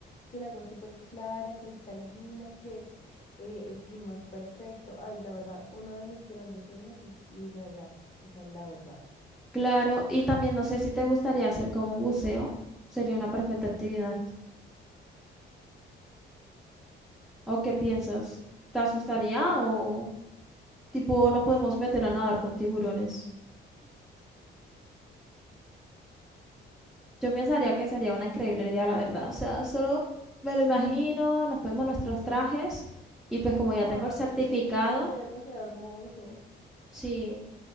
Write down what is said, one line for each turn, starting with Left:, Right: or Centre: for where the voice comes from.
Left: que el agua es súper clara, cristalina, que eh, el clima es perfecto. Ay, la verdad, uno de mis grandes sueños es ir allá, o sea, la verdad.
Centre: claro. Y también no sé si te gustaría hacer como buceo, sería una perfecta actividad. ¿O qué piensas? ¿Te asustaría o tipo no podemos meter a nadar con tiburones? Yo pensaría que sería una increíble idea, la verdad. O sea, solo me lo imagino, nos ponemos nuestros trajes y pues como ya
Left: Ay,
Centre: tengo el certificado.
Left: sí, sería demasiado hermoso.
Centre: Sí,